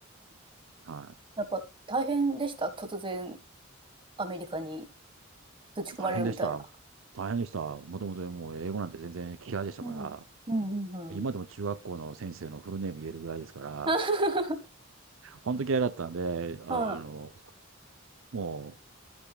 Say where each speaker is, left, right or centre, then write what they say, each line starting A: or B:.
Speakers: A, on the right (about 25°); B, on the right (about 70°).
A: え。
B: はい。
A: やっぱ大変でした。突然アメリカにぶち込まれるみたいな。
B: 大変でした。大変でした。もともともう英語なんて全然嫌いでしたから。
A: うん。うん、うん、
B: 今でも中学校の先生のフルネーム言えるぐらいですから、
A: うん。<laughs>
B: 本当嫌いだったんで、あの、
A: は
B: もう、